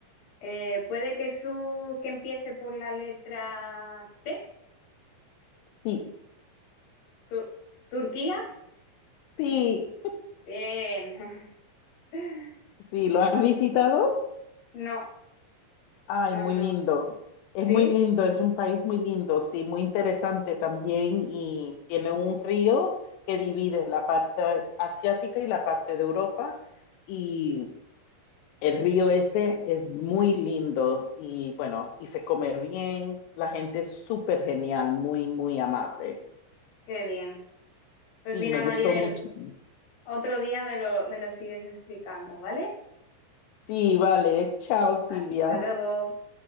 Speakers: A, on the left; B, on the left.
A: Eh, puede que su que empiece por la letra T.
B: Sí.
A: Tu- ¿Turquía?
B: Sí.
A: Bien. <laughs>
B: Sí, ¿lo has visitado?
A: No,
B: Ay,
A: no,
B: muy
A: no.
B: lindo. Es
A: ¿Sí?
B: muy lindo, es un país muy lindo, sí, muy interesante también y tiene un río que divide la parte asiática y la parte de Europa y el río este es muy lindo y bueno, y se come bien, la gente es súper genial, muy, muy amable.
A: Qué bien. Pues
B: Sí,
A: mira,
B: me
A: Maribel,
B: gustó muchísimo.
A: otro día me lo, me lo sigues explicando, ¿vale?
B: Sí, vale, chao
A: Hasta
B: Silvia.
A: luego.